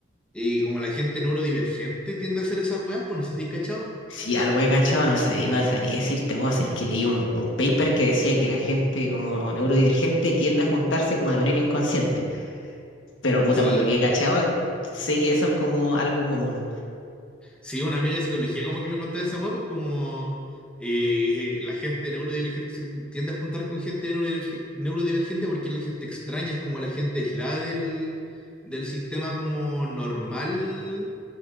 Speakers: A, in the centre; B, on the left.
A: y como la gente neurodivergente tiende a hacer esas weas, pues no sé si hay cachado.
B: Si algo he cachado, no sabría, no sabría decirte vos, es que leí un, un paper que decía que la gente como neurodivergente tiende a juntarse como de manera inconsciente. Pero puta,
A: Sí,
B: por lo que he cachado, sé que eso es como algo común.
A: sí, una amiga de psicología como que me contaba esa wea, pues como eh, la gente neurodivergente se tiende a juntar con gente neurodiverge- neurodivergente porque es la gente extraña, es como la gente aislada del, del sistema como normal